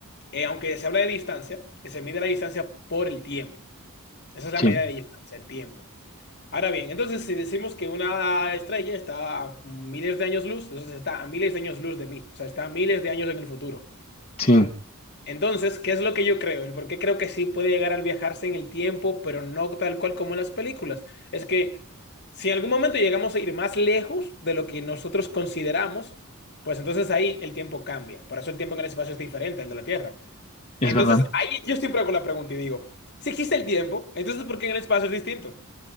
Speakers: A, on the left; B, on the left.
A: eh, aunque se habla de distancia, se mide la distancia por el tiempo. Esa es la
B: sí,
A: medida de distancia, el tiempo. Ahora bien, entonces si decimos que una estrella está a miles de años luz, entonces está a miles de años luz de mí, o sea, está a miles de años en el futuro.
B: sí,
A: Entonces, ¿qué es lo que yo creo? El por qué creo que sí puede llegar al viajarse en el tiempo, pero no tal cual como en las películas. Es que si en algún momento llegamos a ir más lejos de lo que nosotros consideramos, pues entonces ahí el tiempo cambia. Por eso el tiempo en el espacio es diferente al de la Tierra.
B: es
A: Entonces,
B: verdad.
A: ahí yo siempre hago la pregunta y digo, si existe el tiempo, entonces ¿por qué en el espacio es distinto?